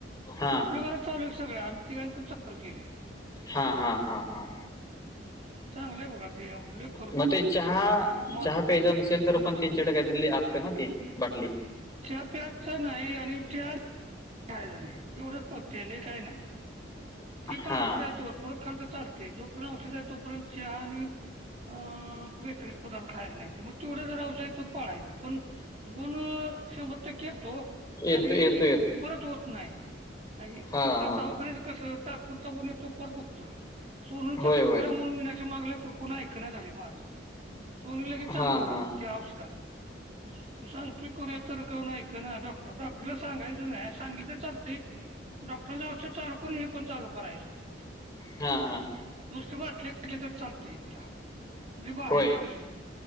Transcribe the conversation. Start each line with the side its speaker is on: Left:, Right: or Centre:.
Left: हा हा
Right: आपलं बर चालू आहे सगळं आम्ही तिघाणी पण चालू केलं
Left: हा हा हा हा
Right: हम् चांगलंय बघा ते <unintelligible>
Left: मग ते चहा
Right: मग
Left: चहा प्यायचा नसेल तर
Right: हं.
Left: पण त्यांच्याकडे असते ना ती बाटली
Right: चहा प्यायचा नाही आणि चहा खायचा नाही एवढंच पथ्य आहे लय काही नाही <unintelligible> ती पण
Left: हा
Right: औषध आहे ते पररत खा तर लते जोपर्यंत औषध आहे तोपर्यंत चहा आणि <unintelligible> बेकरीच पदार्थ खायचे नाही मग तेवढं जर ववसाय पळायचं पण. <unintelligible> गण शबर. <unintelligible> येतो
Left: येतो
Right: आणि
Left: येतो येतो
Right: परत होत नाही
Left: हा
Right: इत.
Left: हा
Right: <unintelligible> दावाखान्याच कस तात्पुरते फरक पडतो परत दुखत सोनू
Left: होय
Right: तसल्या
Left: होय
Right: कोऱ म्हणून मनाच्या मागलाय तो कोणी ऐकण झाले माद सोनी लगेच
Left: हा
Right: चांगली होईल
Left: हा
Right: त्या औषधानं <unintelligible> मी सांगतोय कोणी ऐकना डॉक्टर <unintelligible> डॉक्टरला सांगायच नाही सांगितल तर चालते डॉक्टर औषध चालु करून <unintelligible> पण चालू करायचे <unintelligible>
Left: हा हा <unintelligible>
Right: नुसते वाटलेले तर चालते तिला म्हजे बाहे
Left: होय
Right: याव शध. <unintelligible>